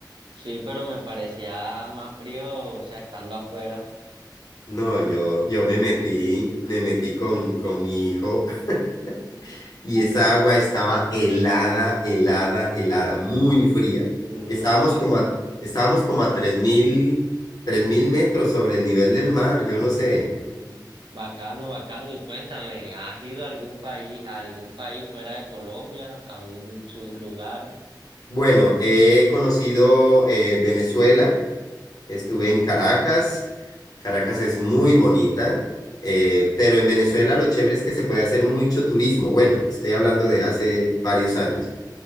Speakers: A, on the right; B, on the left.
A: Sí, pero me parecía más frío, o sea, estando afuera.
B: No, yo, yo me metí, me metí con, con mi hijo <laughs> y esa agua estaba helada, helada, helada, muy fría.
A: Mm,
B: Estábamos
A: No, ba-
B: como a, estábamos como a tres mil, tres mil metros sobre el nivel del mar, yo no sé.
A: mm, bacano, bacano. Y cuéntame, ¿has ido a algún país, a algún país fuera de Colombia, a un su- lugar?
B: Bueno, he conocido eh, Venezuela, estuve
A: Ujú.
B: en Caracas, Caracas es muy bonita, eh, pero en Venezuela lo chévere es que se puede hacer mucho turismo, bueno, estoy hablando de hace varios años,